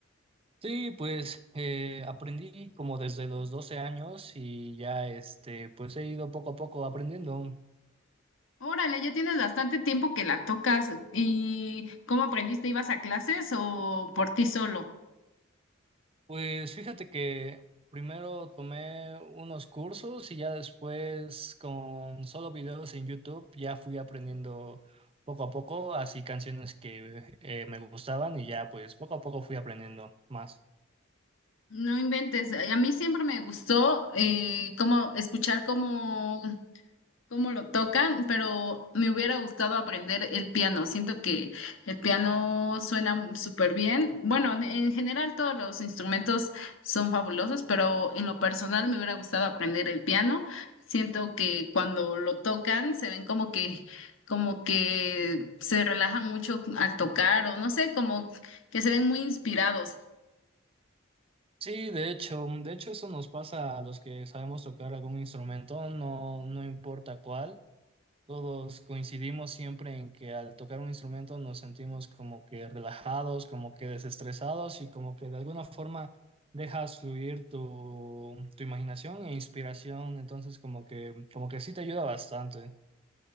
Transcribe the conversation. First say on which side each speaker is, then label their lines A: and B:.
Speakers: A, on the right; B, on the left.
A: Sí, pues eh, aprendí como desde los 12 años y ya este, pues he ido poco a poco aprendiendo.
B: Órale, ya tienes bastante tiempo que la tocas. ¿Y cómo aprendiste? ¿Ibas a clases o por ti solo?
A: Pues fíjate que primero tomé unos cursos y ya después con solo videos en YouTube ya fui aprendiendo poco a poco, así canciones que eh, me gustaban y ya pues poco a poco fui aprendiendo más.
B: No inventes. A mí siempre me gustó eh, como escuchar como cómo lo tocan, pero me hubiera gustado aprender el piano. Siento que el piano suena súper bien. Bueno, en en general todos los instrumentos son fabulosos, pero en lo personal me hubiera gustado aprender el piano. Siento que cuando lo tocan se ven como que como que se relajan mucho al tocar o no sé, como que se ven muy inspirados.
A: Sí, de hecho, mm, de hecho eso nos pasa a los que sabemos tocar algún instrumento, no, no importa cuál. Todos coincidimos siempre en que al tocar un instrumento nos sentimos como que relajados, como que desestresados y como que de alguna forma dejas fluir tu, tu imaginación e inspiración. Entonces como que, como que sí te ayuda bastante.